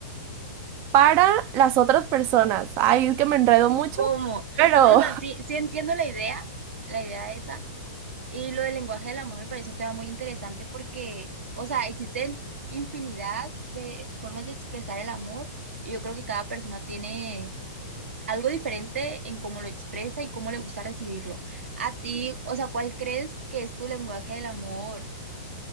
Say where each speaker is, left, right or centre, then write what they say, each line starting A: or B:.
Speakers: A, on the right; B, on the right.
A: para las otras personas. Ay, es que me enredo mucho,
B: ¿Cómo?
A: pero
B: O sea, sí, sí entiendo la idea, la idea esa. Y lo del lenguaje del amor me parece un tema muy interesante porque, o sea, existen infinidad de formas de expresar el amor y yo creo que cada persona tiene algo diferente en cómo lo expresa y cómo le gusta recibirlo. A ti, o sea, ¿cuál crees que es tu lenguaje del amor